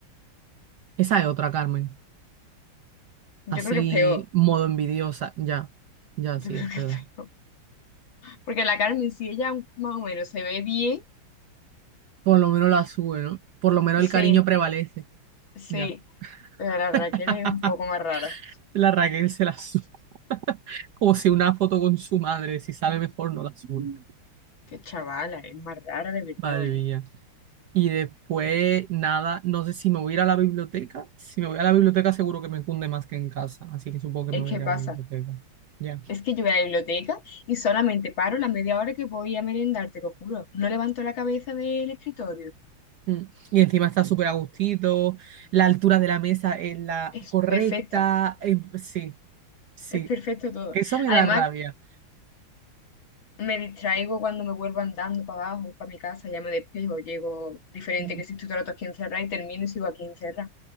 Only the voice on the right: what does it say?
Esa es otra, Carmen.
Así,
modo envidiosa. Ya, ya,
sí,
es
verdad.
Por lo menos la sube, ¿no? Por lo menos
el cariño prevalece.
Ya.
<laughs>
La Raquel se la sube. <laughs> Como si una foto con su madre, si sabe mejor, no la sube.
Madre
mía. Y después, nada, no sé si me voy a ir a la biblioteca. Si me voy a la biblioteca, seguro que me cunde más que en casa. Así que supongo que
me voy
a ir
a la biblioteca. Ya.
Mm. Y encima está súper a gustito. La altura de la mesa es la
correcta.
eh, sí, sí.
Eso me
da rabia.
Ujú.